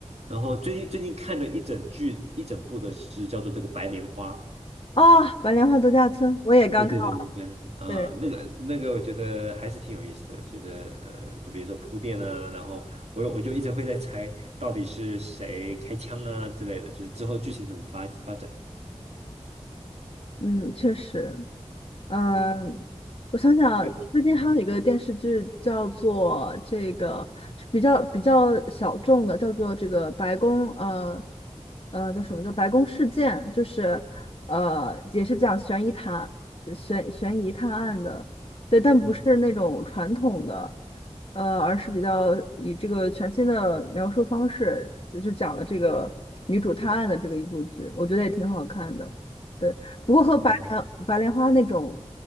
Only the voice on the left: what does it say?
<laughs> 哦，《白莲花度假村》我也刚看，
对，
嗯，确实。嗯，
我想想，
最近还有一个电视剧叫做这个是比较比较小众的，
叫做这个白宫呃呃叫什么叫白宫事件，就是呃也是讲悬疑探呃悬悬疑探案的，对，但不是那种传统的，
呃，而是比较以这个全新的描述方式，就是讲了这个女主探案的这个一部剧，我觉得也挺好看的。对。不过和白莲白莲花那种